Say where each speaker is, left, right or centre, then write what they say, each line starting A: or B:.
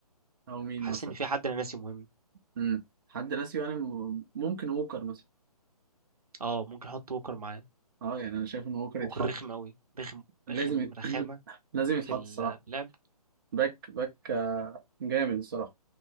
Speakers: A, on the right; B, on the right.
A: او مين
B: حاسس
A: مثلا
B: ان في حد انا ناسي مهم
A: امم حد ناسي يعني م- ممكن ووكر مثلا
B: اه ممكن احط ووكر معاه
A: اه يعني انا شايف ان ووكر
B: ووكر
A: يتحط
B: رخم قوي رخم
A: لازم
B: رخم
A: يت...
B: رخامه
A: <clears throat> لازم يتحط
B: في ال-
A: الصراحة
B: في اللعب
A: باك باك آه، جامد الصراحة